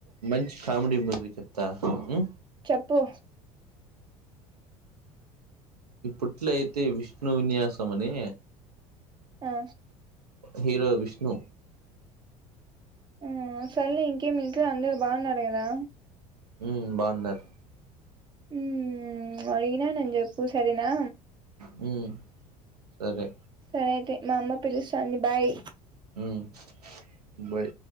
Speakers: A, on the right (about 80°); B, on the right (about 25°).
A: మంచి కామెడీ మూవీ చెప్తా మ్
B: చెప్పు
A: ఇప్పట్లోయితే విష్ణు విన్యాసం అని
B: ఆ
A: హీరో విష్ణు
B: ఆ సల్ ఇంకేమ అంద బాగున్నారు కాదా
A: హ్మ్మ్ బావున్నారు
B: ఉ అడిగిననీ చెప్పు సరేనా
A: హ్మ్మ్ సరే
B: అయితే మా అమ్మ పిలుస్తాంది బాయ్
A: హ్మ్మ్ బై